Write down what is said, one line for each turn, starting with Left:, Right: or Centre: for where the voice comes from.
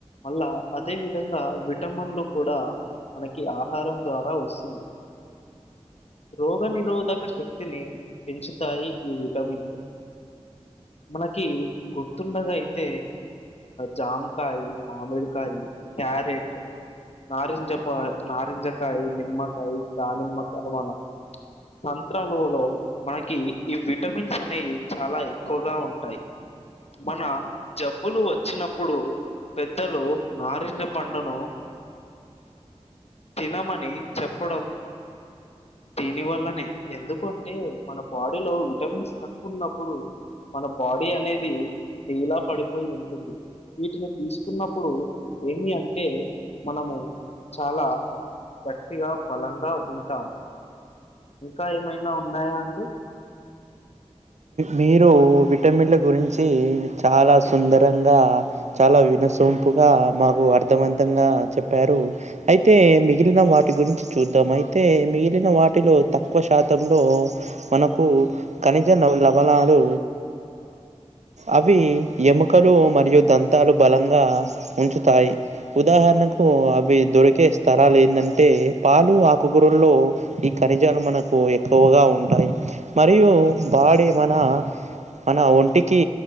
Left: మళ్ళా అదే విధంగా విటమిన్లు కూడా మనకి ఆహారం ద్వారా వస్తుంది రోగనిరోధక శక్తిని పెంచుతాయి ఈ విటమిన్లు మనకి గుర్తుండగా అయితే జమకాయ మామిడికాయ క్యారెట్ నారింజ నారింజకాయ నిమ్మకాయ దా నిమ్మకాయ వన సంత్రాలులో మనకి ఈ విటమిన్స్ అనేవి చాలా ఎక్కువగా ఉంటాయి మన జబ్బులు వచ్చినప్పుడు పెద్దలు నారిణ్య పండును తినమని చెప్పడం దీని వల్లనే ఎందుకంటే మన బాడీలో విటమిన్స్ తక్కువ ఉన్నప్పుడు మన బాడీ అనేది ఢీలా పడిపోయి ఉంటుంది వీటిని తీసుకున్నప్పుడు ఏమి అంటే మనము చాలా గట్టిగా బలంగా ఉంటాము ఇంకా ఏమైనా ఉన్నాయా అండి
Right: మీరు విటమిన్లు గురించి చాలా సుందరంగా చాలా వి సొపుగా మాకు అర్థవంతంగా చెప్పారు అయితే మిగిలిన వాటి గురించి చూ చాయి మిలి వాటిలో తకువ శాతంలో మన క మంచి నవలను అవి ఎముకలు మరియు దంతాలు బలంగా ఉంచుతాయి ఉదాహరణ అవి దొరికే స్థరాలు ఏంటంటే పాలు ఆకుగురల్లో ఖనిజాలు మనకు ఎక్కువగా ఉంటాయి మరియు బాడీ మన మన ఒంటికి